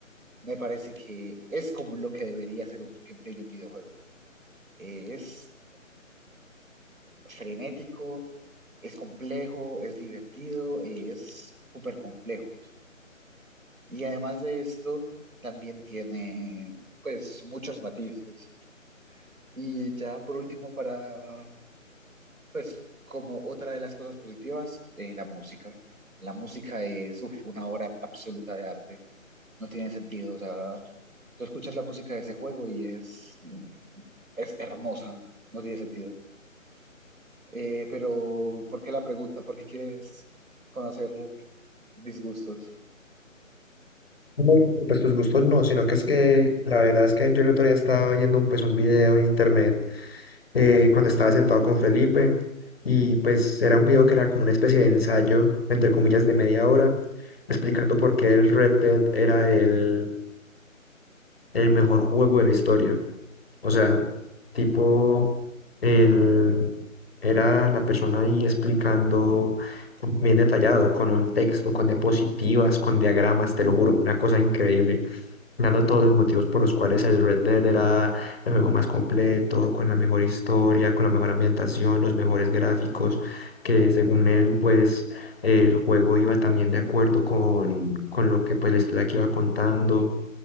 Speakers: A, on the right; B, on the left.
A: Me parece que es como lo que debería ser un gameplay de un videojuego. Eh, es frenético, es complejo, es divertido, eh, es súper complejo. Y además de esto, también tiene pues muchos matices. Y ya por último, para pues como otra de las cosas positivas, eh, la música. La música es uf, una obra absoluta de arte. No tiene sentido, o sea, Tú escuchas la música de ese juego y es, es hermosa, no tiene sentido. Eh, pero, ¿por qué la pregunta? ¿Por qué quieres conocer disgustos?
B: No, no, Pues tus gustos no, sino que es que la verdad es que yo el otro día estaba viendo un, pues, un video en internet eh, cuando estaba sentado con Felipe y pues era un video que era como una especie de ensayo, entre comillas, de media hora, explicando por qué el Red Dead era el, el mejor juego de la historia. O sea, tipo, él era la persona ahí explicando con- bien detallado, con un texto, con diapositivas, con diagramas, te lo juro, una cosa increíble, dando todos los motivos por los cuales el Red Dead era el juego más completo, con la mejor historia, con la mejor ambientación, los mejores gráficos, que según él, pues el juego iba también de acuerdo con, con lo que pues la historia que iba contando